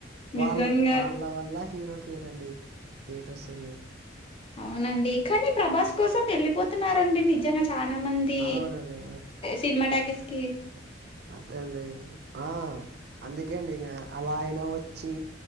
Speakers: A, on the left (about 30°); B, on the right (about 55°).
A: నిజంగా
B: వాళ్ వాళ్ళ వల్ల హీరోకి ఏటండి ఏట్ ఒస్సుంది
A: ఔనండి కని ప్రభాస్ కోసం ఎళ్ళిపోతున్నారండి నిజంగా చ్ చాలామంది
B: అవునండి
A: సినిమా టాకీస్ కి
B: అదె అండి ఆ అందుకేండి ఇగ అలాయిన వచ్చి